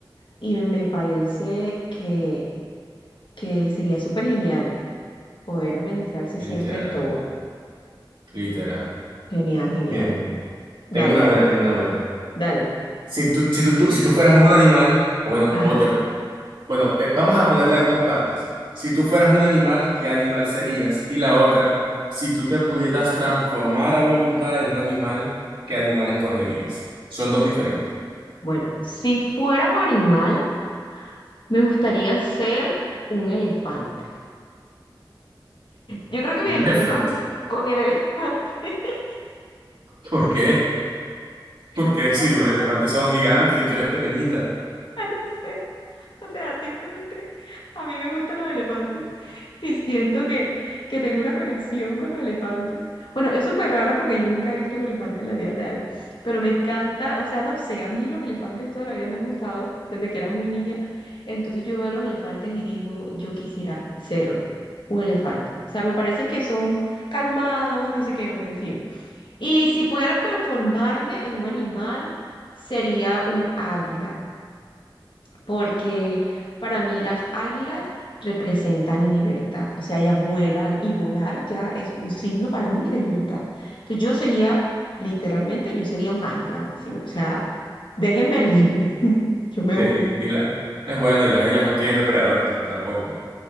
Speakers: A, on the left; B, on the right.
A: y me parece que, que sería súper genial poder administrarse
B: Literal,
A: siempre en todo.
B: literal.
A: Genial, genial.
B: Bien, bien.
A: Dale,
B: Tengo una
A: dale,
B: buena, tengo una buena.
A: dale.
B: Si tú, si tú, tú- si tú fueras un animal, o bueno,
A: Ajá.
B: o te, bueno, eh, vamos a ponerla en dos partes. Si tú fueras un animal, ¿qué animal serías? Y la otra, si tú te pudieras transformar a voluntad en un animal, ¿qué animal escogerías? Son dos diferentes.
A: Bueno, si fuera un animal, me gustaría ser un elefante. Yo creo que me
B: Un
A: identifico
B: elefante.
A: con, con el elefante. <laughs>
B: <laughs> ¿Por qué? Porque si
A: No,
B: los elefantes
A: no
B: son gigantes y tú eres pequeñita.
A: <laughs> No sé. O sea, simplemente a mí me gustan los elefantes y siento que, que tengo una conexión con los elefantes. Bueno, es súper raro porque yo nunca he visto un elefante en la vida real, pero me encanta, o sea, no sé, a mí los elefantes toda la vida me han gustado desde que era muy niña. Entonces yo veo a los elefantes y digo, yo quisiera ser un elefante. O sea, me parece que son calmados, no sé qué, bueno, en fin. Y si pudiera transformarme en un animal, sería un águila porque para mí las águilas representan libertad, o sea, ellas vuelan y volar ya es un signo para mí de libertad. Entonces yo sería, literalmente, yo sería un águila máximo, o sea, déjenme libre, <laughs> yo me
B: Sí,
A: voy,
B: y la, es buena y las águilas no tienen depredadores tam- tampoco.